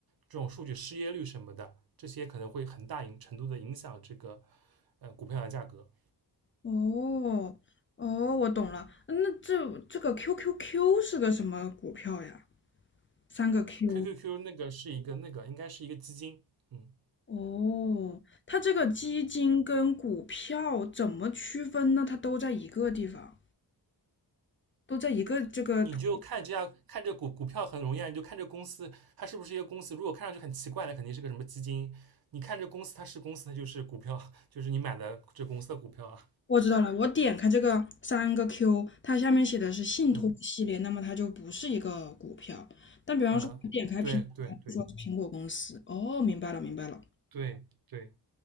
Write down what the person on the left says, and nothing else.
哦，哦，我懂了。那这这个 QQQ 是个什么股票呀？三个 Q。
哦，它这个基金跟股票怎么区分呢？它都在一个地方，都在一个这个图
我知道了，我点开这个三个 Q，它下面写的是信托系列，
那么它就不是一个股票。但比方说，
我点开苹果，
它就说是苹果公司。哦，明白了，明白了。